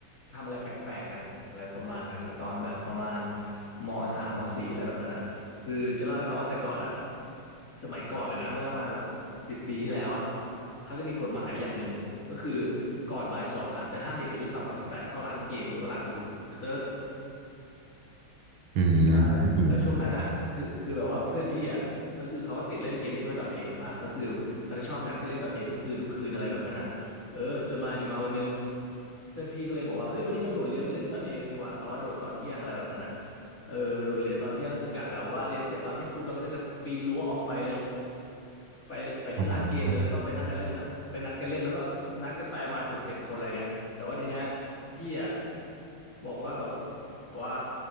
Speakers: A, on the left; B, on the right.
A: ทำอะไรแปลกๆกันอะไรประมาณนั้นอะตอนแบบประมาณมสามมสี่อะไรแบบนั้นอ่ะคือจะเล่าให้ฟังว่าแต่ก่อนอ่ะสมัยก่อนเลยนะเมื่อประมาณแบบสิบปีที่แล้วอ่ะเขาจะมีกฎหมายอย่างหนึ่งก็คือก่อนบ่ายสองอ่ะจะห้ามเด็กอายุต่ำกว่าสิบแปดเข้าร้านเกมหรือว่าร้านคอมพิวเตอร์
B: อืม
A: ใช่
B: อืม
A: แล้วช่วงนั้นอ่ะคือคือแบบว่าเพื่อนพี่อ่ะก็คือเขาก็ติดเล่นเกมที่ชื่อว่า .A กันมากก็คือเขาจะชอบนัดกันเล่น .A ทุกคืนทุกคืนอะไรแบบนั้นอ่ะเออจนมาอยู่มาวันหนึงเพื่อนพี่ก็เลยบอกว่าเฮ้ยวันนี้เราโดดเรียนไปเล่น .A กันดีกว่าแบบว่าโดดตอนเที่ยงอะไรแบบนั้นอ่ะเออโดดเรียนตอนเที่ยงก็คือกะแบบว่าเรียนเสร็จตอนเที่ยงปุ๊บเราก็จะกระปีนรั้วออกไปเลยไปไปที่ร้านเกมเลยแล้วก็ไปนั่งกันเล่นไปนัดกันเล่นแล้วก็นัดกันไปประมาณหกเจ็ดคนอะไรเงี้ย
B: ประมาณว่า
A: แต่ว่าทีเนี้ยพี่อ่ะบอกว่าแบบว่า